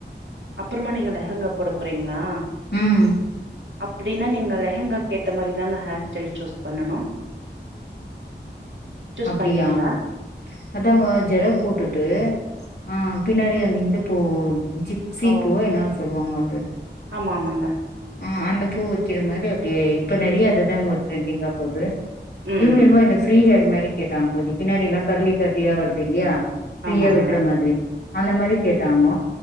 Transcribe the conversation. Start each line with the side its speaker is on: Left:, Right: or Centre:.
Right: அப்புறமா நீங்க லெஹங்க போட போறீங்களா
Left: ம்
Right: அப்டின்னா நீங்க லெஹங்காக்கு ஏத்த மாரிதாங்க ஹேர் ஸ்டைல் சூஸ் பண்ணணு சூஸ்
Left: அப்டியா
Right: பண்ட்டீங்களா
Left: அதாங்கோ ஜட போட்டுட்டு ஆ பின்னாடி அந் இந்த பூ ஜி சீ
Right: ஓ
Left: பூவு என்ன சொல்லுவாங்க அது
Right: ஆமா ஆமாங்க
Left: ஆ அந்த பூ வைக்கிற மாரி அப்டியே இப்ப நெறைய அதுதாங்க ட்ரெண்டிங்கா போது
Right: ம்
Left: இவங்க
Right: ம்
Left: என்னமோ இந்த ஃப்ரீ ஹேர் மாரி கேட்டாங்க கொஞ்சொ பின்னாடி எல்லா கர்லி கர்லியா வருது இல்லையா ஃரீயா
Right: ஆமாங்க
Left: விடுற மாதிரி அந்த மாரி கேட்டாங்க